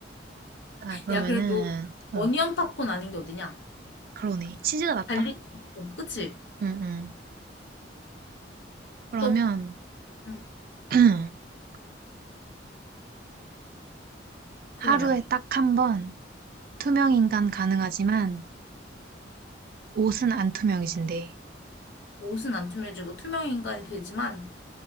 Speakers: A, on the right (about 50°); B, on the left (about 75°).
A: 아, 그러면은,
B: 야, 그래도,
A: 어,
B: 어니언 팝콘 아닌 게 어디냐?
A: 그러네. 치즈가 낫다.
B: 갈릭 팝콘, 그치?
A: 응, 응. 그러면
B: 또, 응,
A: <clears throat>
B: 그러면.
A: 하루에 딱 한번 투명인간 가능하지만 옷은 안 투명해진대.
B: 옷은 안 투명해지고 투명 인간이 되지만,